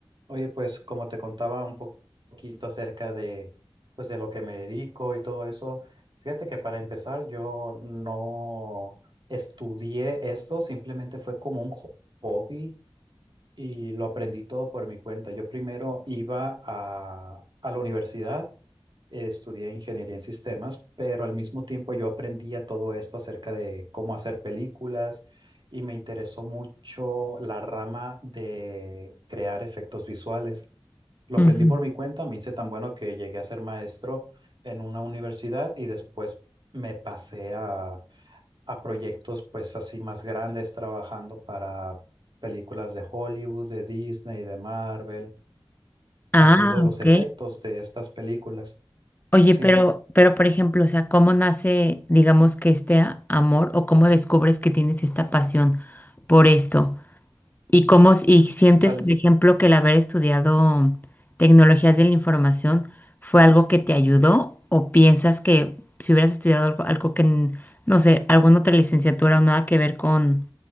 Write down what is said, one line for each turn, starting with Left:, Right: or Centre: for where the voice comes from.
Right: Oye, pues como te contaba un po- poquito acerca de, pues, de lo que me dedico y todo eso, fíjate que para empezar yo no estudié esto, simplemente fue como un ho- hobby y lo aprendí todo por mi cuenta. Yo primero iba a, a la universidad, eh, estudié ingeniería en sistemas, pero al mismo tiempo yo aprendía todo esto acerca de cómo hacer películas y me interesó mucho la rama de crear efectos visuales. Lo
Left: Ujú.
Right: aprendí por mi cuenta, me hice tan bueno que llegué a ser maestro en una universidad y después me pasé a, a proyectos pues así más grandes trabajando para películas de Hollywood, de Disney, de Marvel, haciendo
Left: Ah,
Right: los
Left: ok.
Right: efectos de estas películas.
Left: Oye,
Right: Sí,
Left: pero, pero por ejemplo, o sea, ¿cómo nace, digamos, que este a- amor o cómo descubres que tienes esta pasión por esto? ¿Y cómo, s- y sientes,
Right: salí,
Left: por ejemplo, que el haber estudiado tecnologías de la información fue algo que te ayudó? ¿O piensas que si hubieras estudiado algo, algo que, n- no sé, alguna otra licenciatura o nada que ver con,